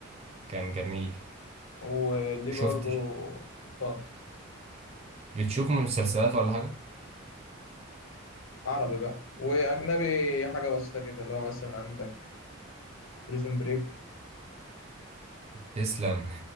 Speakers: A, on the right; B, on the left.
A: كان جميل
B: وليه
A: شفت
B: برضه اتفضل
A: بتشوف مسلسلات ولا حاجة؟
B: عربي بقى واجنبي حاجه بسيطه كده اللي هو مثلا عندك بريزون بريك
A: تسلم